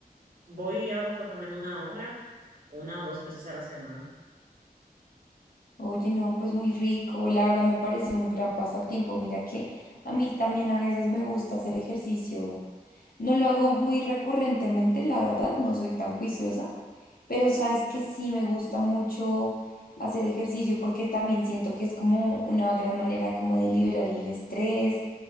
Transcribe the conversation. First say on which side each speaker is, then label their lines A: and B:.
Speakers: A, on the right; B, on the left.
A: voy y hago por lo menos una hora, una o dos veces a la semana.
B: Oye, no, pues muy rico. La verdad me parece un gran pasatiempo. Mira que a mí también a veces me gusta hacer ejercicio No lo hago muy recurrentemente, la verdad, no soy tan juiciosa, pero sabes que sí me gusta mucho hacer ejercicio porque también siento que es como una gran manera como de liberar el estrés